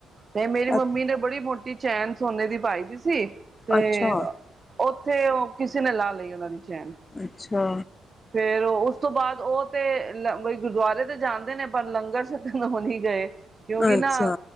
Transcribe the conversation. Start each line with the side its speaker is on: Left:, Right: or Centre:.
Right: ਤੇ ਮੇਰੀ ਮੰਮੀ
Left: ਅੱਛਾ,
Right: ਨੇ ਬੜੀ ਮੋਟੀ ਚੈਨ ਸੋਨੇ ਦੀ ਪਾਈ ਵੀ ਸੀ ਤੇ
Left: ਅੱਛਾ,
Right: ਉੱਥੇ ਉਹ ਕਿਸੇ ਨੇ ਲਾ ਲਈ ਉਹਨਾਂ ਦੀ ਚੈਨ।
Left: ਅੱਛਾ।
Right: ਫਿਰ ਉਸ ਤੋਂ ਬਾਅਦ ਉਹ ਤੇ ਗੁਰਦੁਆਰੇ ਤੇ ਜਾਂਦੇ ਨੇ ਪਰ ਲੰਗਰ ਚ ਹੋ ਨੀ ਗਏ। ਕਿਉਂਕਿ
Left: ਅੱਛਾ
Right: ਨਾ